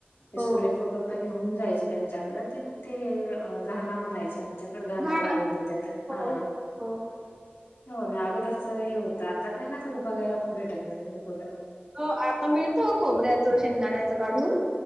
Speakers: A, on the left (about 85°); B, on the right (about 20°).
A: हे
B: हो.
A: सूर्यफुल फक्त घेऊन जायचं त्यांच्याकडे ते मग ते घाणा म्हणायचे आमच्या घाणा
B: घाण
A: गाळून घेता येत
B: हो,
A: हा
B: हो, हो,
A: हो ना अगोदरच हे होत आता काय ना आ त बघायला पण भेटत नाही कुठं.
B: हो आता मिळतं खोबऱ्याचं, शेंगदाण्याचं काढून